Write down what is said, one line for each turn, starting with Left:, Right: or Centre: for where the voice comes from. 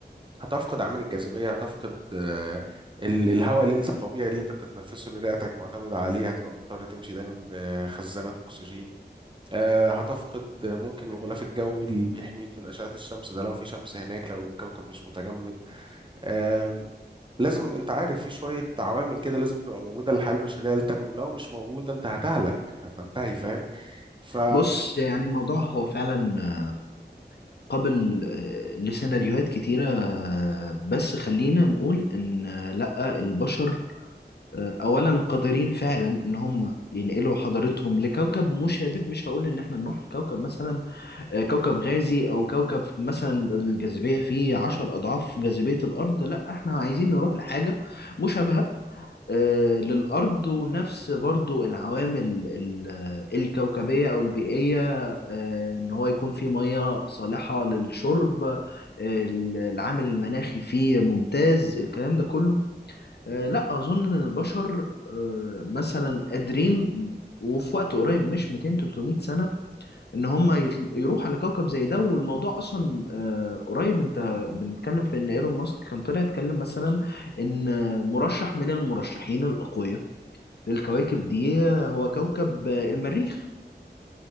Right: هتفقد عامل الجاذبية هتفقد آه، ال- الهواء اللي انت الطبيعي اللي انت بتتنفسه اللي رئتك معتمدة عليه هتبقى مضطر تمشي دايما بخزانات أكسجين آه، هتفقد آه، ممكن الغلاف الجوي اللي بيحميك من أشعة الشمس ده لو في شمس هناك لو الكوكب مش متجمد آم، لازم انت عارف في شوية عوامل كده لازم تبقى موجودة للحياة البشرية لتنمو لو مش موجودة انت هتهلك هتنتهي فاهم ف
Left: بص يعني الموضوع هو فعلا قابل آه، لسيناريوهات كتيرة آه، بس خلينا نقول إن آه، لأ البشر آه، أولا قادرين فعلا إن هم ينقلوا حضارتهم لكوكب مشابه مش هقول إن إحنا نروح لكوكب مثلا آه، كوكب غازي أو كوكب مثلا الجاذبية فيه عشر أضعاف جاذبية الأرض لأ إحنا عايزين نروح لحاجة مشابهة آه، للأرض ونفس برضو العوامل ال- الكوكبية أو البيئية آه، إن هو يكون فيه مية صالحة للشرب آه، العامل المناخي فيه ممتاز الكلام ده كله آه، لا أظن إن البشر آه، مثلا قادرين وفي وقت قريب مش 200 300 سنة إن هم يطل- يروحوا على كوكب زي ده والموضوع أصلا آه، قريب أنت بنتكلم في إن إيلون ماسك كان طلع يتكلم مثلا إن مرشح من المرشحين الأقوياء الكواكب دي هو كوكب آه، المريخ